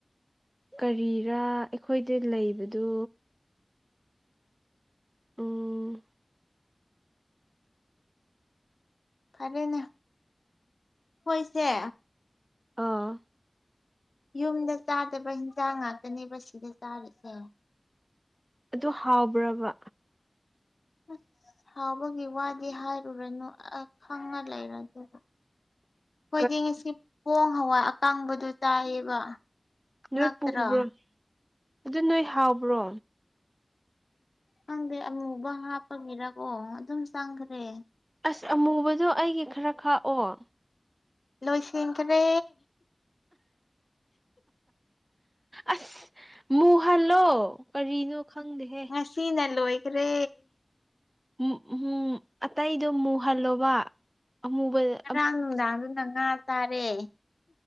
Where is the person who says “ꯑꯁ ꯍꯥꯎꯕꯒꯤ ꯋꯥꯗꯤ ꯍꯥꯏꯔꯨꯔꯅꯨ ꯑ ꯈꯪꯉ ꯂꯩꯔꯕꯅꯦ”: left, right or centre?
Left